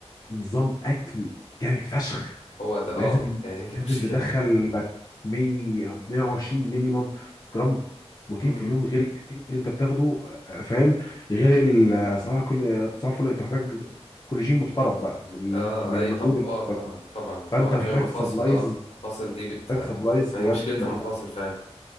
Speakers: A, on the left (about 35°); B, on the left (about 75°).
A: نظام اكل جامد فشخ
B: هو ده اه
A: لازم
B: <laughs> يعني هي دي
A: لازم
B: مشكلته
A: تدخل لك 100 120 مينيمم جرام بروتين
B: امم
A: في اليوم غير الكاتين اللي انت بتاخده آه، فاهم غير ال- صباح كل صباح الفل انت محتاج كولاجين محترم بقى من
B: اه
A: ال- من
B: اي
A: المجهود
B: طب
A: اللي-
B: اه طبعا طبعا طبعا
A: فانت
B: عشان
A: محتاج
B: المفاصل
A: سبلايز
B: اه المفاصل دي بت
A: محتاج سبلايز
B: ما
A: بجد
B: هي مشكله
A: محترم
B: المفاصل فعلا